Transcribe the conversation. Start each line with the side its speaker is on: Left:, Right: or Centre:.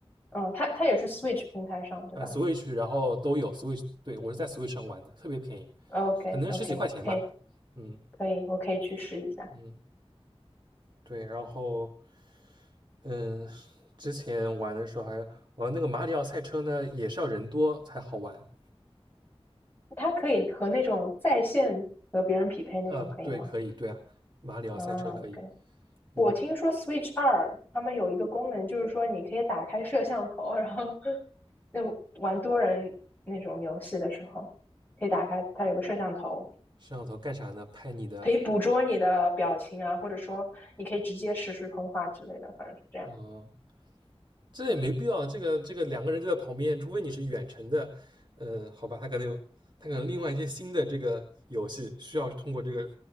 Left: 嗯，它它也是 Switch 平台上对吧
Right: 呃，Switch 然后都有 Switch，对我是在 Switch 上玩的，特别便宜，
Left: ？OK
Right: 可能十几块钱吧。
Left: OK，可以
Right: 嗯
Left: 可以，我可以去试一下。
Right: 嗯，对，然后嗯，之前玩的时候还玩那个马里奥赛车呢，也是要人多才好玩。
Left: 它可以和那种在线和别人匹配那种可以吗？
Right: 啊，对，可以，对啊，马里奥赛车可以。
Left: 啊，也可以。我听说
Right: 嗯，
Left: Switch 二他们有一个功能，就是说你可以打开摄像头，然后就玩多人那种游戏的时候，可以打开它有个摄像头，
Right: 摄像头干啥呢？拍你的，
Left: 可以捕捉你的表情啊，或者说你可以直接实时通话之类的，反正是这样。
Right: 呃，这也没必要。这个这个两个人就在旁边，除非你是远程的，呃，好吧，他可能有，他可能另外一些新的这个游戏需要通过这个